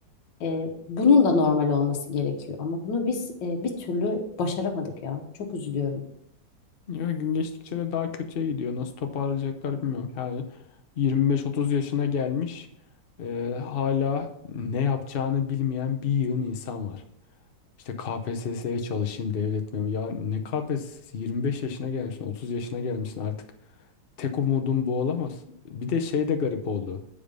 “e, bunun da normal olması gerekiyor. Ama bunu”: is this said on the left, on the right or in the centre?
Left